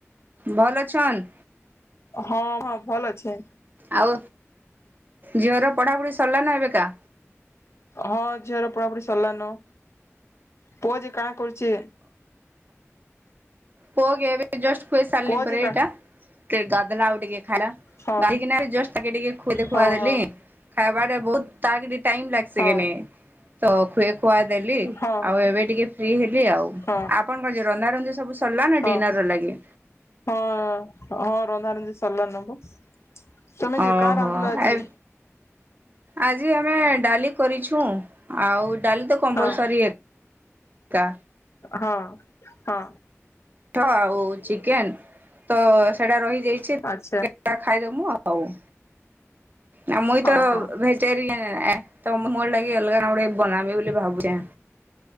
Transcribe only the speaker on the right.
ଭଲ ଅଛନ୍?
ଆଉ ଝିଅର ପଢ଼ା ପଢି ସରିଲାଣି ନା ଏବେକା?
ପୁଅ କେ ଏବେ ଜଷ୍ଟ ଖୁଇ ସାରିଲି
ପରେ
ଏଇଟା, ଗାଧଲା ଆଉ ଟିକେ ଖାଇଲା।
ଗାଧେଇକିନା ଜଷ୍ଟ ତାେକେ ଟିକେ ଖୁଦେ ଖୁଆଦେଲି
ଖାଇବାଟ ବହୁତ ତା <inaudible> ଟାଇମ୍ ଲାଗ ସିକିନି,
ତ ଖୁଏ ଖୁଆ ଦେଲି
ଆଉ ଏବେ ଟିକେ ଫ୍ରି ହେଲି ଆଉ।
ଆପଣଙ୍କ ଯୋଉ ରନ୍ଧା ରନ୍ଧା ସବୁ ସରିଲା ନା
ଡିନର
ର ଲାଗି?
ଓହୋ
ଏ ଆଜି ଆମେ ଡାଲି କରିଛୁ, ଆଉ ଡାଲି ତ କମ୍ପଲସରୀ
ଏ କା।
ଛ ଆଉ ଚିକେନ୍ ତ ସେଇଟା ରହିଯାଇଛି <unintelligible>
ଖାଇଦେମୁ ଆଉ। ଆଉ ମୁଇଁ ତ
ଭେଜିଟେରିଏନ୍, ତ ମୁଁ ମୋର ଲାଗି ଅଲଗା କଣ ଗୋଟେ ବନାବେ ବୋଲି ଭାବୁଛେ।